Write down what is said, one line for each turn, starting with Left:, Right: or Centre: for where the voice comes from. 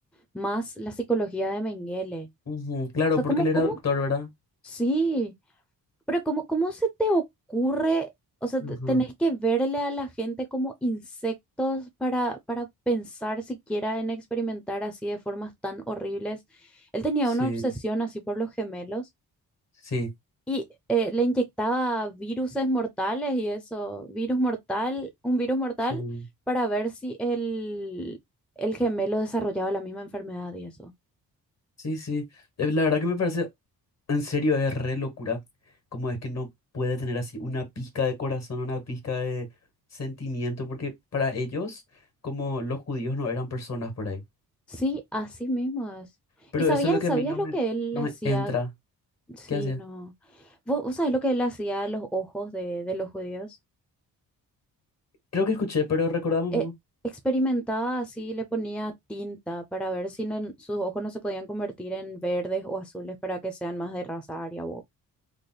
Centre: más la psicología de Mengele.
Left: Ujú, claro,
Centre: O sea,
Left: porque
Centre: ¿cómo,
Left: él era
Centre: cómo?
Left: doctor, ¿verdad?
Centre: Sí, pero ¿cómo, cómo se te ocurre? O sea, te-
Left: Ujú,
Centre: tenés que verle a la gente como insectos para, para pensar siquiera en experimentar así de formas tan horribles. Él tenía
Left: Sí,
Centre: una obsesión así por los gemelos
Left: sí,
Centre: Y eh, le inyectaba viruses mortales y eso, virus mortal, un virus mortal
Left: sí,
Centre: para ver si el, el gemelo desarrollaba la misma enfermedad y eso.
Left: sí, sí. Eh, La verdad que me parece, en serio, es re locura. Como es que no puede tener así una pizca de corazón, una pizca de sentimiento, porque para ellos, como los judíos no eran personas por ahí.
Centre: Sí, así mismo es.
Left: Pero
Centre: ¿Y sabías,
Left: eso es lo que
Centre: sabías
Left: a mí no
Centre: lo
Left: me,
Centre: que él
Left: no
Centre: le hacía?
Left: me entra.
Centre: Sí,
Left: ¿Qué hacía?
Centre: no. ¿Vos, vos sabés lo que él le hacía a los ojos de, de los judíos?
Left: Creo que escuché, pero recordame un
Centre: Eh,
Left: poco.
Centre: experimentaba así, le ponía tinta para ver si no- sus ojos no se podían convertir en verdes o azules para que sean más de raza aria